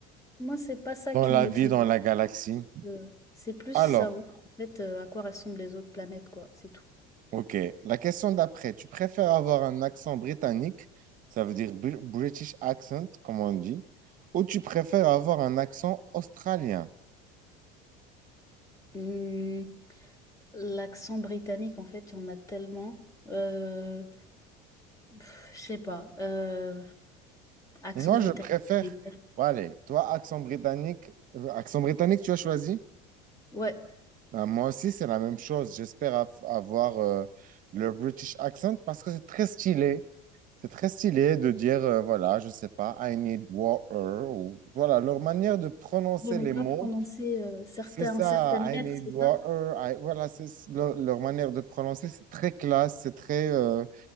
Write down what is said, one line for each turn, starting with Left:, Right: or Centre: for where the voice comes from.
Left: Moi, c'est pas ça
Right: dans
Left: qui
Right: la
Left: me motive.
Right: vie, dans la galaxie.
Left: euh, c'est plus
Right: Alors,
Left: savoir en fait euh, à quoi ressemblent les autres planètes, quoi. C'est tout.
Right: Ok. La question d'après, tu préfères avoir un accent britannique, ça veut dire Br- British accent, comme on dit, ou tu préfères avoir un accent australien?
Left: Hum, l'accent britannique, en fait, il y en a tellement. Euh, pff, je sais pas. euh, accent
Right: Moi,
Left: britannique,
Right: je préfère.
Left: je voulais dire.
Right: Bon, allez, toi, accent britannique, euh, accent britannique, tu as choisi?
Left: Ouais.
Right: Ben, moi aussi, c'est la même chose. J'espère av- avoir euh, le British accent parce que c'est très stylé. C'est très stylé de dire, euh, voilà, je sais pas, I need water, ou voilà, leur manière de prononcer
Left: De ne
Right: les
Left: pas
Right: mots.
Left: prononcer euh, certains,
Right: C'est ça,
Left: certaines
Right: I
Left: lettres,
Right: need
Left: c'est
Right: water.
Left: ça?
Right: I- Voilà, c'est leur, leur manière de prononcer, c'est très classe, c'est très. euh,